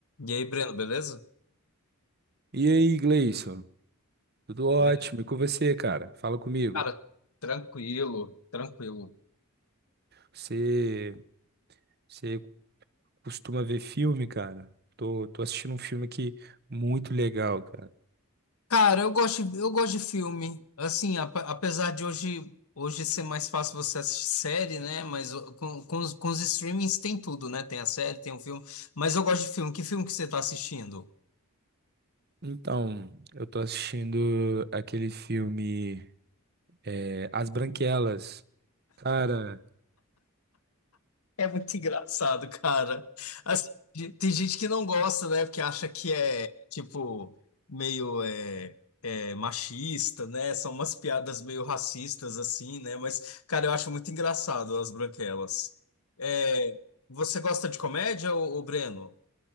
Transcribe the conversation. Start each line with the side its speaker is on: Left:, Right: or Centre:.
Left: E aí, Breno, beleza?
Right: E aí, Gleison? Tudo ótimo?
Left: Beleza.
Right: E com você, cara? Fala comigo.
Left: Cara, tranquilo, tranquilo.
Right: Você, você costuma ver filme, cara? Tô, tô assistindo um filme aqui muito legal, cara.
Left: Cara, eu gosto, de- eu gosto de filme. Assim, ap- apesar de hoje, hoje ser mais fácil você assistir série, né? Mas o- com, com os, com os streamings tem tudo, né? Tem a série, tem o filme. Mas eu gosto de filme. Que filme que você tá assistindo?
Right: Então, eu tô assistindo aquele filme é, As Branquelas. Cara,
Left: É muito engraçado, cara. Assim, de- tem gente que não gosta, né? Porque acha que é, tipo, meio é, é, machista, né? São umas piadas meio racistas, assim, né? Mas, cara, eu acho muito engraçado as branquelas. É, você gosta de comédia, ô, ô Breno?